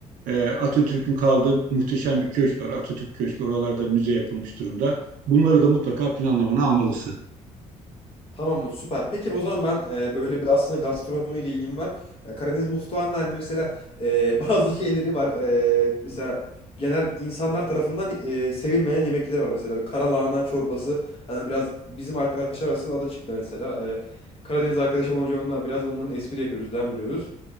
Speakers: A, on the right (about 75°); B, on the left (about 45°).
A: Ee, Atatürk'ün kaldığı muhteşem bir köşk var. Atatürk Köşkü. Oralarda müze yapılmış durumda. Bunları da mutlaka planlamanı almalısın.
B: Tamamdır süper. Peki o zaman ben e, böyle bir aslında gastronomiyle ilgim var. E, Karadeniz mutfağında hani mesela e, <laughs> bazı şeyleri var. E, mesela genel insanlar tarafından e, sevilmeyen yemekleri var. Mesela karalahana çorbası. Hani biraz bizim arkadaşlar arasında adı çıktı mesela. E, Karadeniz arkadaşım olunca onunla biraz onların espri yapıyoruz, dem vuruyoruz.